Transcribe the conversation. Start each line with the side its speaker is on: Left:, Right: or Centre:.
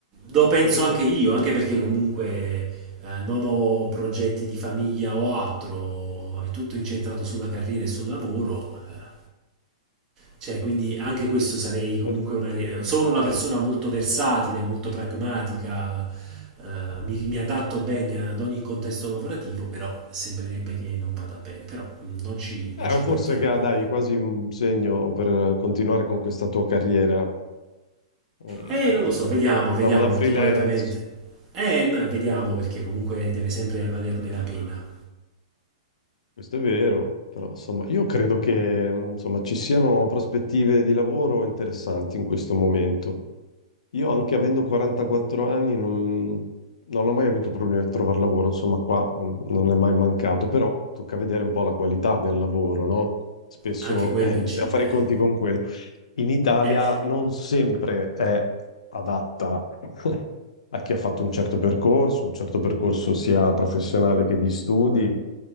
Right: lo penso
Left: Invece
Right: anche
Left: no.
Right: io, anche perché comunque eh, non ho progetti di famiglia o altro, è tutto incentrato sulla carriera e sul lavoro. eh. Cioè, quindi anche questo sarei comunque
Left: Certo.
Right: una... ri- Sono una persona molto versatile, molto pragmatica, eh, mi, mi adatto bene ad ogni contesto lavorativo, però sembrerebbe che non vada bene, però mm, non ci,
Left: Eh,
Right: non ci abbattiamo.
Left: forse che dai, quasi un segno per continuare con questa tua carriera, eh,
Right: Eh, non lo so, vediamo,
Left: diciamo
Right: vediamo,
Left: da freelance.
Right: perché poi ovviamente... Eh, no, vediamo perché comunque deve sempre valerne la pena.
Left: Questo è vero, però insomma, io credo che mh, insomma, ci siano prospettive di lavoro interessanti in questo momento. Io anche avendo 44 anni non, non ho mai avuto problemi a trovare lavoro, insomma qua mh, non è mai mancato, però tocca vedere un po' la qualità del lavoro, no? Spesso
Right: Anche quello
Left: eh,
Right: incide.
Left: bisogna fare i conti con quello. In Italia
Right: Eh,
Left: non sempre è adatta <laughs> a chi ha fatto un certo percorso, un certo percorso sia professionale che di studi.